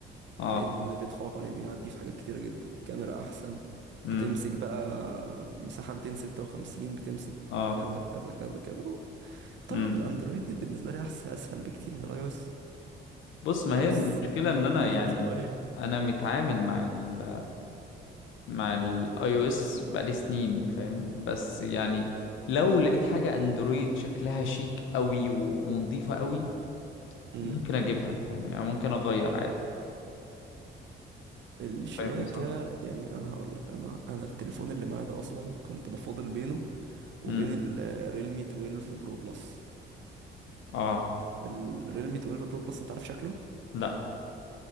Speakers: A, on the left; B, on the right.
A: اه
B: تلاقي ان بيتفوق عليه بيعدي في حاجات كتيره جدا كاميرا احسن
A: امم
B: بتمسك بقى مساحه 256 بتمسك
A: اه
B: كذا كذا كذا كذا وطبعا
A: امم
B: الاندرويد بالنسبه لي احسن اسهل بكتير من الاي او اس
A: بص
B: الاي
A: ما هي
B: او اس
A: المشكلة ان انا
B: جاتتها
A: يعني
B: مش طبيعيه
A: انا متعامل مع ال مع الاي او اس بقالي سنين فاهم بس يعني لو لقيت حاجة اندرويد شكلها شيك قوي ونظيفة قوي
B: امم
A: ممكن اجيبها فاهم يعني ممكن اغير عادي
B: الشياكه
A: فاهم صح
B: يعني انا هقول لك انا انا التليفون اللي معايا ده اصلا كنت بفاضل بينه وبين
A: امم
B: ال- الريلمي 12 برو بلس
A: اه
B: الريلمي 12 برو بلس انت عارف شكله
A: لا